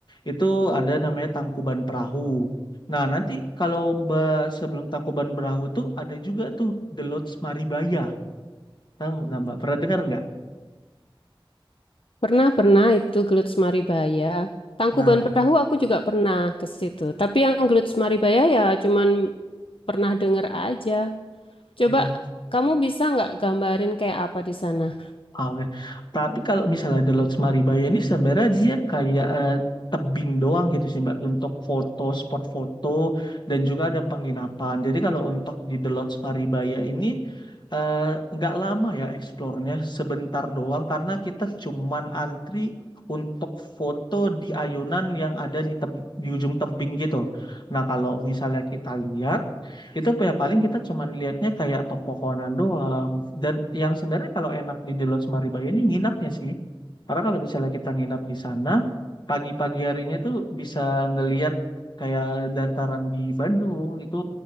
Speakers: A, on the left (about 55°); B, on the left (about 70°).
A: itu ada namanya Tangkuban Perahu. Nah, nanti kalau Mbak sebelum Tangkuban Perahu tuh ada juga tuh The Lodge Maribaya. Tahu nggak Mbak? Pernah dengar nggak?
B: Pernah, pernah itu Gelut Maribaya. Tangkuban
A: Nah,
B: Perahu aku juga pernah ke situ. Tapi yang Gelut Maribaya ya cuman pernah denger aja. Coba
A: iya.
B: kamu bisa nggak gambarin kayak apa di sana?
A: Oke. Tapi kalau misalnya The Lodge Maribaya ini sebenarnya dia kayak eh, tebing doang gitu sih Mbak untuk foto, spot foto dan juga ada penginapan. Jadi kalau untuk di The Lodge Maribaya ini eh, nggak lama ya eksplornya sebentar doang karena kita cuman antri untuk foto di ayunan yang ada di, teb- di ujung tebing gitu. Nah kalau misalnya kita lihat itu ya paling kita cuman lihatnya kayak pepohonan doang. Dan yang sebenarnya kalau enak di The Lodge Maribaya ini nginapnya sih. Karena kalau misalnya kita nginap di sana, pagi-pagi harinya tuh bisa ngeliat kayak dataran di Bandung itu.